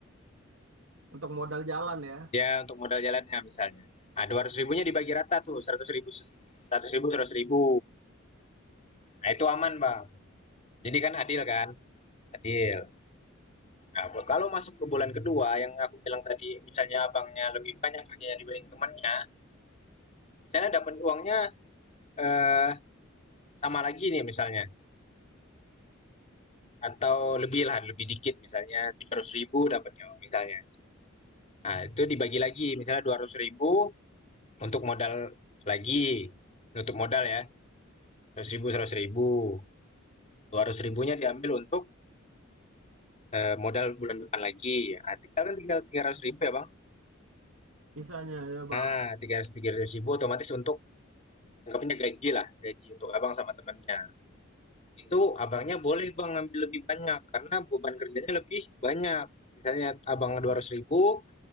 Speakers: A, on the right (about 80°); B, on the left (about 35°).
A: untuk modal jalan ya,
B: Ya, untuk modal jalannya misalnya. Nah, 200 ribunya dibagi rata tuh, seratus ribu, seratus ribu, seratus ribu. Nah, itu aman, Bang. Jadi kan adil kan? Adil. Nah, kalau masuk ke bulan kedua yang aku bilang tadi, misalnya abangnya lebih banyak kerjanya dibanding temannya, misalnya dapat uangnya eh sama lagi nih misalnya atau lebih lah, lebih dikit misalnya tujuh ratus ribu dapatnya misalnya. Nah, itu dibagi lagi misalnya dua ratus ribu Untuk modal lagi, nutup modal ya, seratus ribu seratus ribu, dua ratus ribunya diambil untuk, eee, modal bulan depan lagi. Ah, tinggal kan tinggal tiga ratus ribu ya, Bang?
A: misalnya ya
B: Nah,
A: Bang.
B: tiga ratus ribu, otomatis untuk anggapnya gajilah, gaji untuk Abang sama temennya. Itu Abangnya boleh Bang ngambil lebih banyak karena beban kerjanya lebih banyak. Misalnya Abang dua
A: Hmm,
B: ratus ribu,